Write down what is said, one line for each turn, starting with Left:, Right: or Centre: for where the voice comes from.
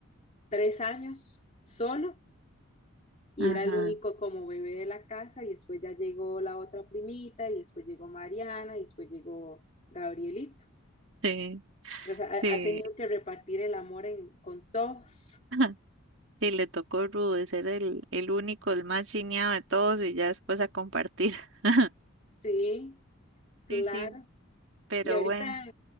Left: tres años solo y
Right: Ajá.
Left: era el único como bebé de la casa y después ya llegó la otra primita y después llegó Mariana y después llegó Gabrielito.
Right: Sí,
Left: O sea,
Right: sí.
Left: ha, ha tenido que repartir el amor en, con todos,
Right: <laughs> Y le tocó rudo de ser el, el único, el más chineado de todos y ya después a compartir. <laughs>
Left: sí, claro.
Right: Sí, sí, pero
Left: Y ahorita
Right: bueno,